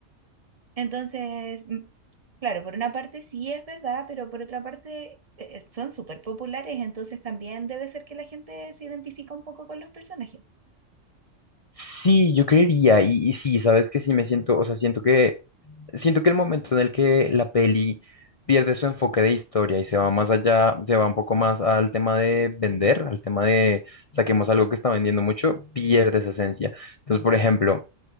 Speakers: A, on the right; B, on the left.
A: Entonces, mm, claro, por una parte sí es verdad, pero por otra parte eh, son súper populares, entonces también debe ser que la gente se identifica un poco con los personajes.
B: Sí, yo creería. Y, y sí, sabes que sí me siento, o sea, siento que, siento que el momento en el que la peli pierde su enfoque de historia y se va más allá, se va un poco más al tema de vender, al tema de saquemos algo que está vendiendo mucho, pierde esa esencia. Entonces, por ejemplo,